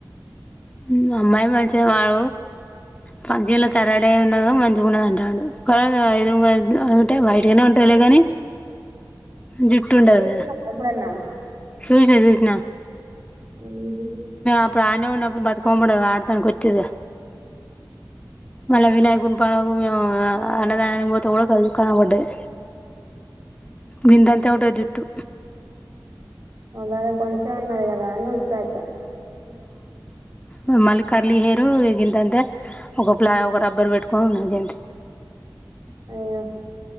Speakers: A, on the left (about 15°); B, on the right (about 90°).
A: హ అమ్మాయి మంచి వాళ ఫంక్షన్ లో తరడా ఉన్న మంచిగుణదంటుండు వైట్ అంటే వైట్ గానే ఉంటదిలే కాని జుట్టు ఉంటది
B: చూసినవా
A: కదా
B: ఎప్పుడన్నా
A: చూసిన చూసిన
B: మ్మ్
A: ఇప్పుడు ఆడనే ఉన్నప్పుడు బతుకమ్మ పండక్కీ ఆడతానికి వచ్చిర్రుగా మళ్ళా వినాయకు గుంపానకు మేము అన్నదానానీకి పోతే కూడా కళ్ళుకి కనబడ్డది బిందంతే ఉంటుంది జుట్టు
B: అళ కొంచం ఉన్నది కదా అని చూత్త
A: ఆ మళ్ళీ కరలీ హెయిరు ఎ గింతంతే ఒక ప్లా ఒక రబ్బర్ పెట్టుకొని ఉన్నది అం
B: అయ్యో